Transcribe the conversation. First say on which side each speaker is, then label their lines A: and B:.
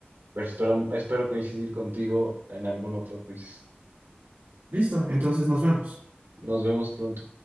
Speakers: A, on the right (about 70°); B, on the right (about 85°).
A: pero espero, espero coincidir contigo en algún otro quiz.
B: Listo, entonces nos vemos.
A: Nos vemos pronto.